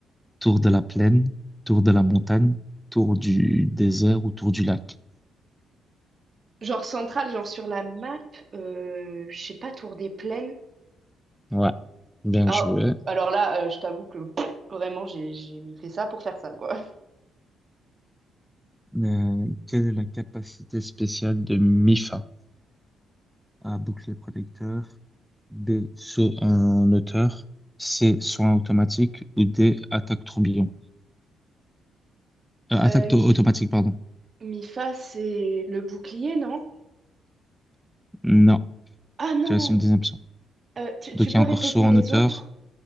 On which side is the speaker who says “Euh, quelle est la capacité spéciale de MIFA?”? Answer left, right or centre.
Centre